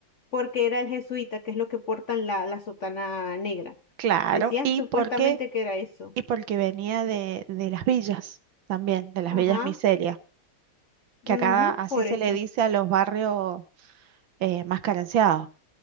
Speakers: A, on the left; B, on the right.
A: porque era el jesuita, que es lo que portan la, la sotana negra.
B: Claro,
A: Decían
B: ¿y
A: supuestamente
B: porque
A: que era eso.
B: Y porque venía de, de las villas también, de las villas
A: Ajá,
B: miserias,
A: ujú,
B: que acá así
A: por
B: se
A: eso.
B: le dice a los barrios eh, más carenciados.